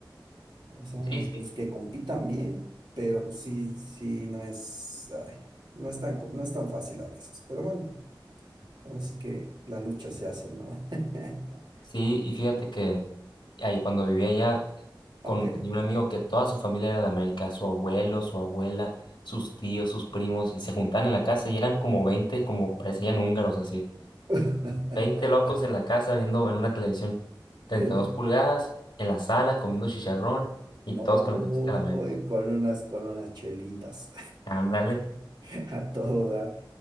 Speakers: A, on the right; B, on the left.
A: O sea,
B: Sí, sí.
A: pues que compitan bien, pero pues sí, sí, no es, ay, no es tan, co- no es tan fácil a veces, pero bueno. Ahora sí que la lucha se hace, ¿no? <laughs>
B: Sí, y fíjate que ahí cuando vivía allá,
A: Ok.
B: con, tenía un amigo que toda su familia era de América, su abuelo, su abuela, sus tíos, sus primos, y se juntaban en la casa y eran como veinte como parecían húngaros así.
A: <laughs>
B: 20 locos en la casa viendo en una televisión treinta
A: En-
B: y dos pulgadas, en la sala comiendo chicharrón y
A: oh,
B: todos con la camiseta de la América.
A: con unas, con unas chelitas
B: Ándale.
A: <laughs> a todo dar.